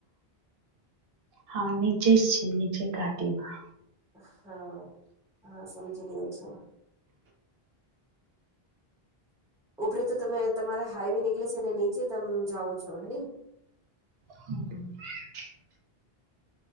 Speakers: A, on the right; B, in the centre.
A: હા નીચે જ છે નીચે ઘાટીમાં
B: હા હા સમજી ગ છો ઉપરે તો તમે તમારા હાઈવે નીકળે છે અને નીચે તમે જાઓ છો હે
A: હમ